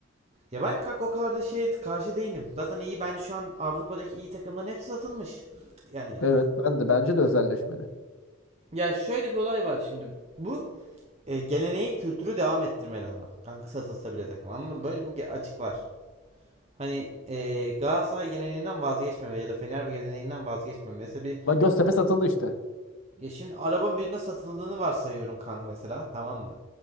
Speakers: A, on the right; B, on the left.
A: Ya ben kanka o kadar da şey karşı değilim. Zaten iyi bence şu an Avrupa'daki iyi takımların hepsi satılmış. Yani
B: Evet ben de bence de özelleşmeli.
A: ya şöyle bir olay var şimdi. Bu e, geleneği kültürü devam ettirmeli ama. Kanka satılsa bile takım anladın mı? Böyle bu açık var. Hani e, Galatasaray geleneğinden vazgeçmeme ya da Fener geleneğinden vazgeçmeme. Mesela bir
B: Bak Göztepe satıldı işte.
A: Ya şimdi arabanın birine satıldığını varsayıyorum kanka mesela tamam mı?